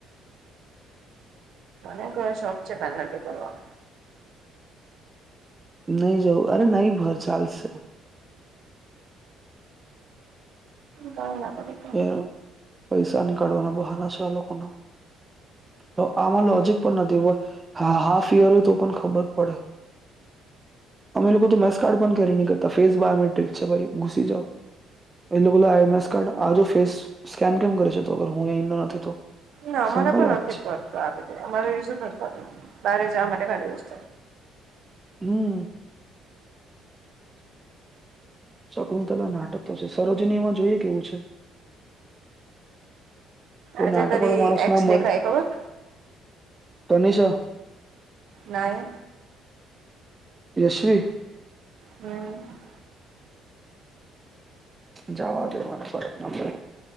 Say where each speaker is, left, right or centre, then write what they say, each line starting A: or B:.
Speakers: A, on the right; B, on the right.
A: અક શખ છે પંગલા કરનું
B: નહી જવું અરે નહી ભર ચાલશે
A: ગયંદગરીકે <inaudible>
B: યાર પૈસા ની કઢવાના બહાના છે. આ લોકોના
A: બરાબર
B: આમાં લોજિક
A: છે.
B: પણ નથી હા હાફ ઇયર હોય તો પણ ખબર પડે અમે લોકો તો મેસ કાર્ડ પણ કેરી નહી કરતા ફેસ બાયોમેટ્રિક છે ભાઈ ઘુસી જાઓ એ લોકો આ મેસ કાર્ડ આજ ફેસ સ્કેન કેમ કરે છે હું નથી તો
A: ના અમારે
B: સિમ્પલ
A: પણ
B: વાત
A: નથી
B: છે
A: કરતું આપું અમાર ઝું નથી થતું. બારે જવા માટે ખાલી દિવસ
B: હમ શકુંંતલા નાટક તો છે સરોજની એમાં જોઈએ કેવું છે. કોઈ
A: આજે
B: નાટક
A: તારી
B: વાળો માણસ
A: એક્સ
B: ના મળે
A: દેખાય ખબર
B: તનીષા
A: ના
B: યશવી
A: હમ
B: જવા દે મને ફરક ના પડે